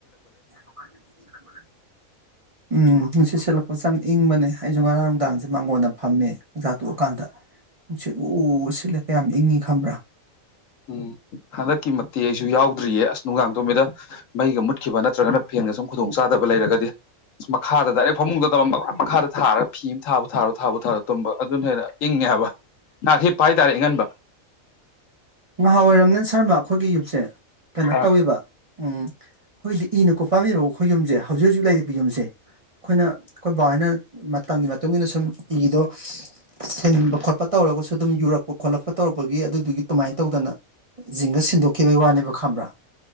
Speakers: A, on the right (about 35°); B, on the left (about 70°).
A: <unintelligible> ꯎꯝ ꯅꯨꯡꯁꯤꯠ ꯁꯠꯂꯛꯄꯁꯦ ꯌꯥꯝ ꯏꯪꯕꯅꯦ ꯑꯩꯁꯨ ꯉꯔꯥꯡ ꯅꯨꯡꯗꯥꯡꯁꯦ ꯃꯥꯡꯒꯣꯟꯅ ꯐꯝꯃꯦ ꯍꯛꯆꯥ ꯇꯣꯛꯑꯀꯥꯟꯗ ꯅꯨꯡꯁꯤꯠꯂꯨ ꯁꯤꯠꯂꯦ ꯀꯌꯥꯝ ꯏꯪꯉꯤ ꯈꯕ꯭ꯔꯥ
B: ꯎꯝ ꯑꯗꯀꯤ ꯃꯦꯁꯨ ꯌꯥꯎ ꯑꯗꯨ꯭ꯔꯤꯌꯦ ꯑꯁ ꯅꯨꯡꯗꯥꯡ ꯇꯧꯝꯃꯤꯗ ꯃꯩꯒ ꯃꯠꯀꯤꯈꯤꯕꯕ <unintelligible> ꯐꯦꯟꯒ ꯁꯨꯝ ꯈꯨꯗꯣꯡ ꯆꯥꯗꯕ ꯂꯩꯔꯒꯗꯤ ꯃꯈꯥꯗ ꯗꯥꯏꯔꯦꯛ ꯐꯃꯨꯡꯗ ꯇꯕ ꯃꯈ ꯃꯈꯥꯗ ꯊꯥꯔꯒ ꯐꯤ ꯑꯃ ꯊꯥꯕꯨ ꯊꯥꯔ ꯊꯥꯕꯨ ꯊꯥꯔ ꯇꯨꯝꯕ ꯑꯗꯨꯅ ꯍꯦꯟꯅ ꯏꯪꯉꯦ ꯍꯥꯏꯕ ꯉꯥꯏꯍꯥꯛ ꯍꯄ ꯍꯥꯏ ꯇꯔꯦ ꯏꯪꯍꯟꯕ
A: ꯅꯍꯥ ꯑꯣꯏꯔꯝ ꯅꯅ ꯁꯔꯃ ꯑꯩꯈꯣꯏꯒꯤ ꯌꯨꯝꯁꯦ ꯀꯩꯅꯣ
B: ꯑ
A: ꯇꯧꯋꯦꯕ ꯎꯝ ꯑꯩꯈꯣꯏꯗꯤ ꯏꯅ ꯣ ꯄꯥꯝꯃꯤꯕ ꯑꯩꯈꯣꯏ ꯌꯨꯝꯁꯦ ꯍꯧꯖꯤꯛ ꯍꯧꯖꯤꯛ ꯂꯩꯔꯤꯕ ꯌꯨꯝꯁꯦ ꯑꯩꯈꯣꯏꯅ ꯑꯩꯈꯣꯏ ꯕꯥꯍꯅ ꯃꯇꯝꯒꯤ ꯃꯇꯨꯡ ꯏꯟꯅ ꯁꯨꯝ ꯏꯗꯣ ꯁꯤꯟꯕ ꯈꯣꯠꯄ ꯇꯧꯔꯒꯁꯨ ꯑꯗꯨꯝ ꯌꯨꯔꯛꯄ ꯈꯣꯠꯂꯛꯄ ꯇꯧꯔꯛꯄꯒꯤ ꯑꯗꯨꯗꯨꯒꯤ ꯑꯗꯨꯃꯥꯏꯅ ꯇꯧꯗꯅ ꯖꯤꯡꯒ ꯁꯤꯟꯗꯣꯛꯈꯤꯕꯒꯤ ꯋꯥꯅꯦꯕ ꯈꯕ꯭ꯔꯥ